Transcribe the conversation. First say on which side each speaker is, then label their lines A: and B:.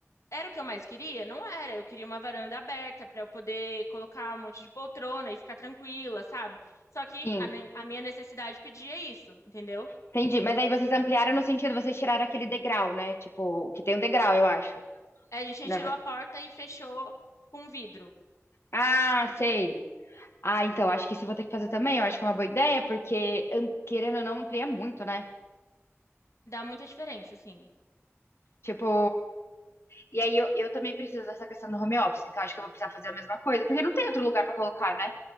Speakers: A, on the left; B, on the left.
A: Era o que eu mais queria? Não era. Eu queria uma varanda aberta para eu poder colocar um monte de poltrona e ficar tranquila, sabe? Só que
B: sim.
A: a, ne- a minha necessidade pedia isso, entendeu?
B: Entendi, mas aí vocês ampliaram no sentido, vocês tiraram aquele degrau, né? Tipo, que tem um degrau, eu acho.
A: A gente
B: né?
A: retirou a porta e fechou com vidro.
B: Ah, sei. Ah, então, acho que isso eu vou ter que fazer também. Eu acho que é uma boa ideia, porque an- querendo ou não, amplia muito, né?
A: Dá muita diferença, assim.
B: Tipo. E aí eu, eu também preciso dessa questão do home office, então acho que eu vou precisar fazer a mesma coisa, porque não tem outro lugar pra colocar, né?